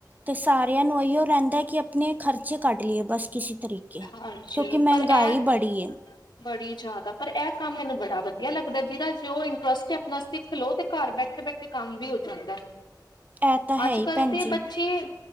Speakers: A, on the right (about 20°); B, on the left (about 80°).
A: ਤੇ ਸਾਰਿਆਂ ਨੂੰ ਏਹੀਓ ਰਹਿੰਦਾ ਕਿ, ਆਪਣੇ ਖਰਚੇ ਕੱਢ ਲਈਏ, ਬਸ ਕਿਸੀ ਤਰੀਕੇ
B: ਹਾਂਜੀ,
A: ਕਿਉਂਕਿ, ਮਹਿੰਗਾਈ
B: ਪਰ ਇਹ
A: ਬੜੀ ਏ,
B: ਬੜੀ ਜਿਆਦਾ ਪਰ ਇਹ ਕੰਮ ਮੈਨੂੰ ਬੜਾ ਵਧੀਆ ਲੱਗਦਾ, ਜਿਹਦਾ ਜੇ ਉਹ ਇੰਟਰਸਟ ਹੈ ਸਿੱਖ ਲਓ ਤੇ ਘਰ ਬੈਠੇ -ਬੈਠੇ ਕੰਮ ਵੀ ਹੋ ਸਕਦਾ,
A: ਇਹ ਤਾਂ ਹੈ
B: ਅੱਜ-ਕੱਲ
A: ਹੀ ਭੈਣ
B: ਤੇ
A: ਜੀ
B: ਬੱਚੇ